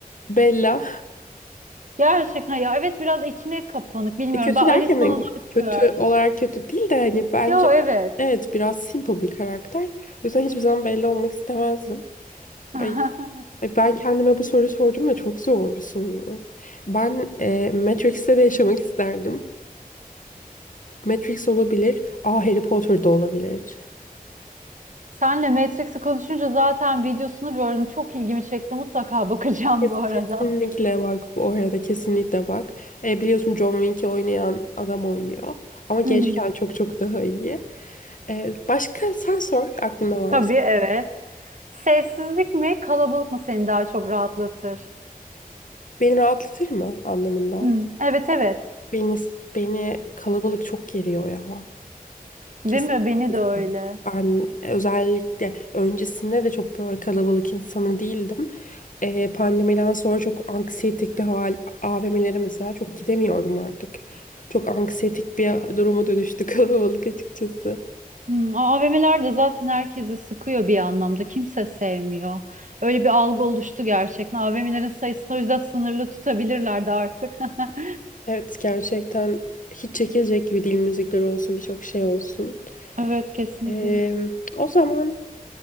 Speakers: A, on the left (about 60°); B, on the right (about 55°).
A: Bella.
B: Gerçekten ya evet biraz içine kapanık bilmiyorum.
A: E, kötü
B: Ben Alice
A: derken hani
B: bana daha çok
A: kötü
B: uyardı.
A: olarak kötü değil de hani bence
B: Yo evet.
A: evet biraz simple bir karakter. O yüzden hiçbir zaman Bella olmak istemezdim.
B: <laughs>
A: Ay, ay, ben kendime bu soruyu sordum da çok zor bir soru. Ben e, Matrix'te de yaşamak isterdim. Matrix olabilir. Aa Harry Potter da olabilir.
B: Senle Matrix'i konuşunca zaten videosunu gördüm. Çok ilgimi çekti. Mutlaka bakacağım
A: Kes-
B: bu arada.
A: Kesinlikle bak bu oraya da kesinlikle bak. E, biliyorsun John Wick'i oynayan adam oynuyor. Ama gençken
B: Hı hı.
A: çok çok daha iyi. E, başka sen sor aklında varsa.
B: Tabii evet. Sessizlik mi, kalabalık mı seni daha çok rahatlatır?
A: Beni rahatlatır mı anlamında?
B: Hı. Evet evet.
A: Beni, beni kalabalık çok geriyor ya.
B: Değil
A: Kesin.
B: mi? Beni de öyle.
A: Ben özellikle öncesinde de çok böyle kalabalık insanı değildim. Ee, pandemiden sonra çok anksiyetik bir hal, AVM'lere mesela çok gidemiyorum artık. Çok anksiyetik bir duruma dönüştü <laughs> kalabalık açıkçası.
B: Hmm, AVM'ler de zaten herkesi sıkıyor bir anlamda. Kimse sevmiyor. Öyle bir algı oluştu gerçekten. AVM'lerin sayısını o yüzden sınırlı tutabilirlerdi artık. <laughs>
A: Evet gerçekten hiç çekilecek gibi değil müzikler olsun birçok şey olsun.
B: Evet kesinlikle.
A: Ee, o zaman